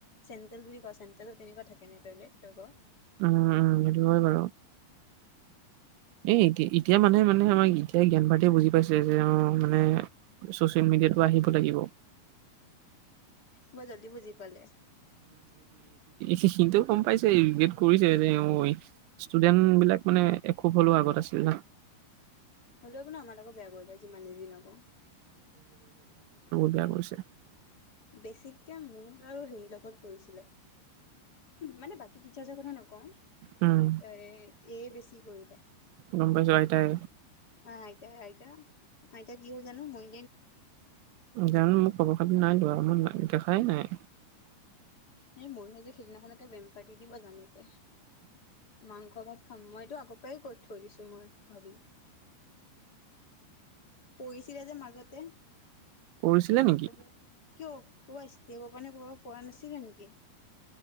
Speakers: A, on the left; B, on the right.
A: চেণ্টেল বুলি কয় চেণ্টেলত তেনেকুৱা থাকে নে তইলেট তই ক?
B: উম - উম সেইটো হয় বাৰু। এ এতিয়া এতিয়া মানে মানে আমাক এতিয়া জ্ঞান ভাৰীয়ে বুজি পাইছে যে অ' মানে চচিয়েল তেটো আহিব লাগিব।
A: ব জলদী বুজি পালে।
B: সিটো গম পাইছে কৰিছে যে ষ্টুডেণ্ট বিলাক মানে এসোব হলেও আগত আছে। <inaudible>
A: হ'লেওব নো আমাৰ আকৌ বেয়া কৰিলে যিমান নিজিনকৌ।
B: কিবা কৰিছে।
A: বেছিককে মোক আৰু হেৰি লগত কৰিছিলে মানে বাকী টিচাৰ্জৰ কথা নকওঁ
B: উম,
A: এ - এ বেছি কৰিলে।
B: গম পাইছো আইতাই
A: অ' আইতাই আইতা আইতা কি হ'ল জানো মই
B: জানো মোক খবৰ খতি নাই কৰা মই দেখাই নাই।
A: এই মৰিলে যে সিদিনাখনকে বেম পাতি দিব জামকে মাংস ভাত খাম মইতো আগৰ পৰাই কৈ থৈ দিছো মই ভাবি। পৰীছিলে যে মাজতে কিয়
B: কৰিছিলে নেকি?
A: ক'বা স্তিমৰ কাৰনে কৰিব পৰা নাছিল নেকি?